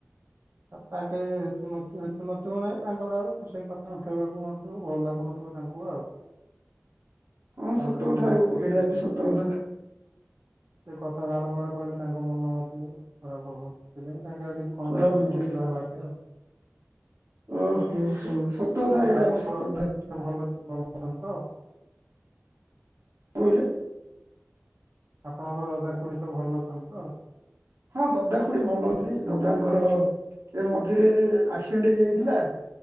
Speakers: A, on the right; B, on the right.
A: ତାଙ୍କେ ହେତୁ ହେତୁ ନଥିବ ନାଇଁ ତାଙ୍କର ଆଉ ସେଇ କଥା ଉଠେଇବାକୁ ମଧ୍ୟ ଭଲ ଲାଗୁନଥିବ ତାଙ୍କୁ ଆଉ।
B: ହଁ
A: ତା
B: ସତ
A: ଟ
B: କଥା
A: ବହୁତ
B: ଏ-
A: କଷ୍ଟ,
B: ଏଇଟା ବି ସତ କଥା
A: ସେ କଥା ବାରମ୍ବାର। କହିଲେ ତାଙ୍କ ମନ ମଧ୍ୟ ଖରାପ ହବ ସେଥିପାଇଁ।
B: ଖରାପ ହୋଇଥାଏ
A: <inaudible> ମତ ଯା ଆଉ,
B: ଓହୋ ହୋ ସତ କଥା
A: ଆଉ
B: ଏଇଟା
A: ଆପଣଙ୍କ
B: ବି ସତ କଥା
A: ଭଲ ଭଲ ଅଛନ୍ତି ତ?
B: କୋଇଲେ।
A: ଆପଣଙ୍କର ଦାଦା ଖୁଡି ସବୁ ଭଲ ଅଛନ୍ତି ତ ।
B: ହଁ ଦଦା ଖୁଡି ଭଲ ହନ୍ତି ଦଦାଙ୍କର ଏ ମଝିରେ ଆକ୍ସିଡେଣ୍ଟ ହେଇଯାଇଥିଲା